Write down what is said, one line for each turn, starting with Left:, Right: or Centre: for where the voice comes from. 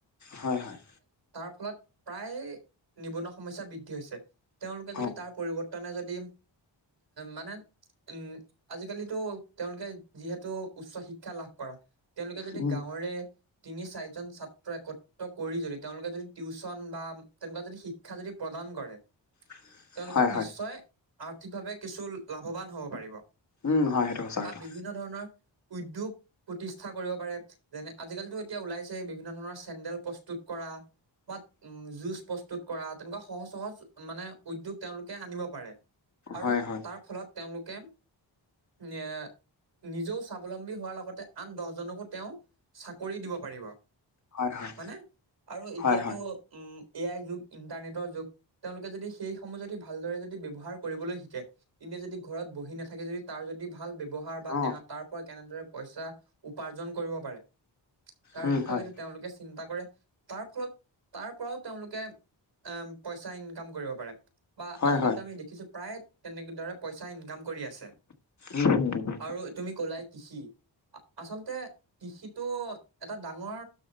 Left: হয় হয়
Right: তাৰ ফলত প্ৰায় নিবনুৱা সমস্যা বৃদ্ধি হৈছে তেওঁলোকে
Left: হয়
Right: যদি তাৰ পৰিৱৰ্তন যদি মানে উম আজিকালিতো তেওঁলোকে যিহেতু উচ্চ শিক্ষা লাভ কৰা তেওঁলোকে যদি
Left: উম
Right: গাঁৱৰে তিনি চাৰিজন ছাত্ৰ একত্ৰ কৰি যদি তেওঁলোকে যদি টিউচন বা তেলোকা যদি শিক্ষা যদি প্ৰদান ন কৰে
Left: <unintelligible>
Right: তেওঁলোকৰ
Left: হয়
Right: নিশ্চয়
Left: হয়
Right: আৰ্থিকভাৱে কিছু লাভৱান হব পাৰিব
Left: উম হয় সেইটো সঁচা
Right: বা
Left: কথা
Right: বিভিন্ন ধৰণৰ উদ্যোগ প্ৰতিষ্ঠা কৰিব পাৰে যেনে আজিকালিতো এতিয়া ওলাইছে বিভিন্ন ধৰণৰ চেণ্ডেল প্ৰস্তুত কৰা তাত উ যুজ প্ৰস্তুত কৰা তেনেকুৱা সহজ সহজ মানে উদ্যোগ তেওঁলোকে আনিব পাৰে আৰু
Left: হয় হয়
Right: তাৰ ফলত তেওঁলোকে এ নিজেও স্বাৱলম্বী হোৱাৰ লগতে আন দহজনকো তেওঁ চাকৰি দিব পাৰিব
Left: হয় হয়
Right: হয়নে আৰু এতিয়াতো
Left: হয় হয়
Right: উম এ আই যুগ ইণ্টাৰনেটৰ যুগ তেওঁলোকে যদি সেইসমূহ যদি ভালদৰে যদি ব্যৱহাৰ কৰিবলৈ শিকে যদি ঘৰত বহি নাথাকে যদি তাৰ যদি ভাল ব্য্ৱহাৰ বা
Left: অ
Right: তে তাৰ পৰা কেনেদৰে পইচা উপাৰ্জন কৰিব পাৰে তাৰ
Left: উম
Right: বিষয়ে
Left: হয়
Right: যদি তেওঁলোকে চিন্তা কৰে তাৰ ফলত তাৰ পৰাও তেওঁলোকে অ পইচা ইনকাম কৰিব পাৰে বা
Left: হয়
Right: আজিকালিিতো
Left: হয়
Right: আমি দেখিছো প্ৰায়ে তেনেদৰে পইচা ইনকাম কৰি আছে
Left: উম
Right: আৰু তুমি কলাই কৃষি আচলতে কৃষিটো এটা ডাঙৰ